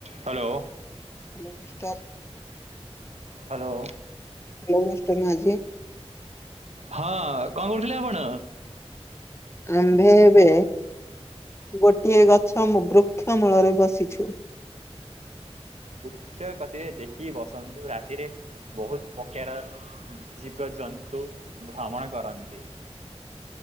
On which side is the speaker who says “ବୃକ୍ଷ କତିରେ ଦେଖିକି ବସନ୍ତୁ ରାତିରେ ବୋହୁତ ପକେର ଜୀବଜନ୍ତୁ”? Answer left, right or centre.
Right